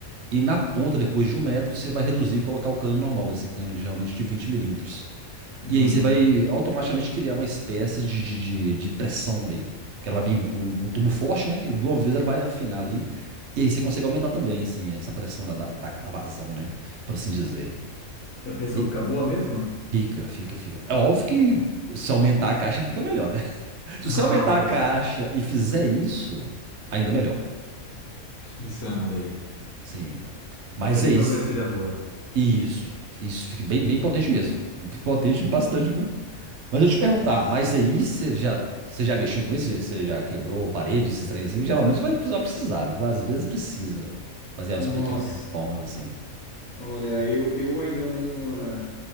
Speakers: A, on the right (about 65°); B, on the left (about 80°).
A: E na ponta, depois de um metro, você vai reduzir e colocar o cano normal, esse cano geralmente de 20 milímetros.
B: Nossa.
A: E aí você vai automaticamente criar uma espécie de, de, de, de pressão ali. Porque ela vai vir um, um tubo forte, né? E de uma vez ela vai afinar ali. E aí você consegue aumentar também, assim, essa pressão da, da, da da vazão, né? Por assim dizer.
B: E a pressão
A: E
B: fica boa mesmo?
A: fica, fica, fica. É óbvio que se aumentar a caixa fica melhor, né? <laughs> Se
B: Ah,
A: você aumentar
B: com
A: a caixa
B: certeza.
A: e fizer isso, ainda é melhor.
B: Que insano daí.
A: Sim. Mas
B: Que é a mesma
A: é isso.
B: coisa aqui da rua.
A: Isso. Isso fica bem, bem potente mesmo. Potente bastante, viu? Mas eu te
B: Nossa.
A: perguntar, mas aí você já, você já mexeu com isso? Já- Você já quebrou parede, esses trem assim? Que geralmente vai precisar, precisar. Às vezes precisa fazer as
B: Nossa.
A: pequenas reformas assim.
B: Olha, eu, eu ainda não, ah,